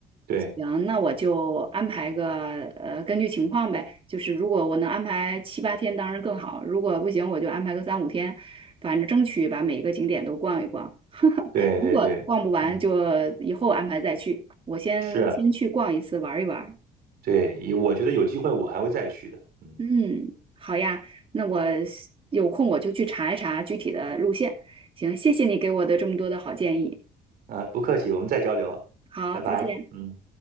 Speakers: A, on the right (about 65°); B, on the right (about 30°).
A: 对
B: 行，那我就安排个呃，根据情况呗。就是如果我能安排七八天，当然更好；如果不行，我就安排个三五天，反正争取把每一个景点都逛一逛。
A: 对对对，
B: 如果逛不完，
A: 嗯。
B: 就以后安排再去。我先先去逛一次，
A: 是啊
B: 玩一玩。
A: 对，也我觉得有机会我还会再去的。嗯，
B: 嗯，好呀，那我有空我就去查一查具体的路线。行，谢谢你给我的这么多的好建议。
A: 啊，不客气，我们再交流，
B: 好，
A: 拜拜。
B: 再见。
A: 嗯。